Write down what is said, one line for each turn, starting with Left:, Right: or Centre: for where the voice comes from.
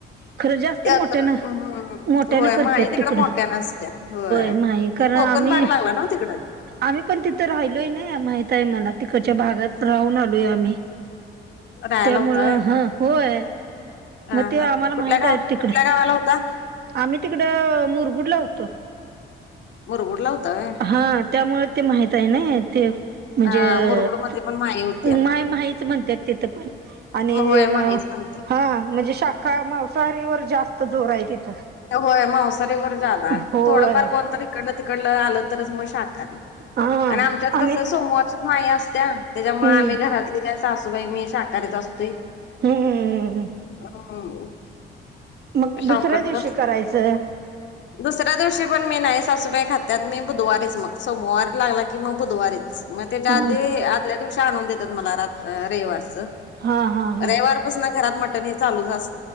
Right: खरं जास्त
Left: यात्र,
Right: मोठ्यानं
Left: हम्,
Right: मोठ्यानं
Left: होय
Right: करतात
Left: माही तिकड
Right: तिकडं
Left: मोठ्यानं असत्या. होय,
Right: माही कारण
Left: ते कोकण
Right: आम्ही
Left: भाग लागला नव्हं तिकडं.
Right: आम्ही पण तिथं राहिलोय नाही माहित आहे मला, तिकडच्या भागात राहून आलोय आम्ही.
Left: राहायला
Right: त्यामुळं
Left: होता व्हय
Right: हं होय,
Left: हा
Right: मग ते
Left: हा
Right: आम्हाला माहित
Left: कुठल्या
Right: आहे
Left: गाव
Right: तिकडं,
Left: कुठल्या गावाला होता
Right: आम्ही तिकडं मुरगुडला होतो.
Left: मुरगुडला होता व्हय.
Right: हं त्यामुळे ते माहित आहे नई. तेच म्हणजे,
Left: हा मुरगुडमध्ये पण माही होत्या
Right: उमाय माहीच म्हणत्यात. तिथ पण आणि
Left: होय माहीच म्हणत्या
Right: हां, म्हणजे शाक काय मांसाहारीवर जास्त जोर आहे तिथं.
Left: होय मावसारीवर ज्यादा,
Right: होय
Left: थोडंफार कोणतरी ईकडलं तिकडलं आलं तरच मग शाकाहारी
Right: हा
Left: आणि आमच्यात
Right: आणि
Left: कस सोमवारच माही असत्या तेलामुळे
Right: हम्म
Left: आम्ही घरातली काय सासूबाई मी काय शाकाहारीच असतोय.
Right: हम्म
Left: <inaudible>
Right: मग दुसऱ्या
Left: शाकाहारीच
Right: दिवशी
Left: असतोय
Right: करायचं.
Left: दुसऱ्या दिवशी पण मी नाय सासूबाई खात्यात मी बुधवारीच मग सोमवार लागला की मग बुधवारी. मग त्याच्या
Right: हा
Left: आधी आदल्या दिवशी मला आणून देतात मला रयवारच
Right: हा हा हा
Left: रयवार पसन घरात मटन हे चालूच अस